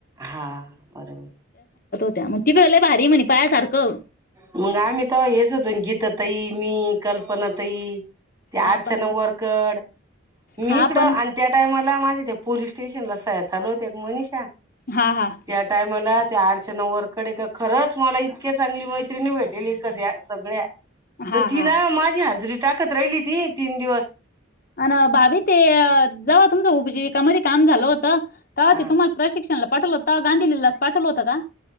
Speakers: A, on the right; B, on the left.
A: हा बराबर
B: त्यामुळं तिकड लय भारी हाय म्हणा पाया सारखं
A: मंग आम्ही तर हेच होतो गीता तई मी कल्पना तई त्या
B: हा
A: अर्चना
B: पण
A: वरकड मी
B: हा
A: इकडं
B: पण
A: आणि त्या टाइमाला माझ तिथे पोलीस स्टेशनला सह्या चालु होत्या गं मनीषा
B: हा हा
A: त्या टायमाला त्या आर अर्चना वरखडे का खरंच मला इतके चांगली मै त्रीणी भेटेली कद्या सगळ्या
B: हा
A: तर तिला
B: हा
A: माझी हाजरी टाकत राहिलीती तीन दिवस
B: अन भाभी ते जाव तुमचं उपजीविकामध्ये काम झालं होत त काओ
A: हा
B: ते तुम्हाला प्रशिक्षणला पाठवला होता गांधीलीलाच पाठवला होतो का?